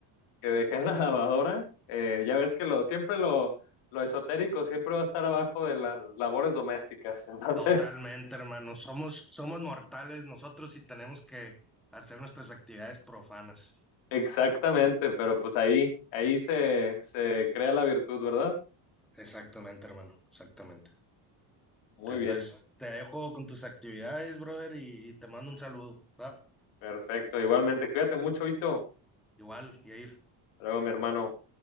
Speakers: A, on the left; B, in the centre.
A: que dejé en la lavadora. Eh, ya ves que lo, siempre lo, lo esotérico siempre va a estar abajo de las labores domésticas. Entonces,
B: Totalmente, hermano, somos, somos mortales nosotros y tenemos que hacer nuestras actividades profanas.
A: <laughs> exactamente, pero pues ahí, ahí se, se crea la virtud, ¿verdad?
B: Exactamente, hermano, exactamente.
A: Muy
B: Te- Entonces,
A: bien,
B: te dejo con tus actividades, brother, y, y te mando un saludo, ¿va?
A: perfecto. Igualmente, cuídate mucho, Vito.
B: Igual, Yair.
A: Hasta Luego, mi hermano.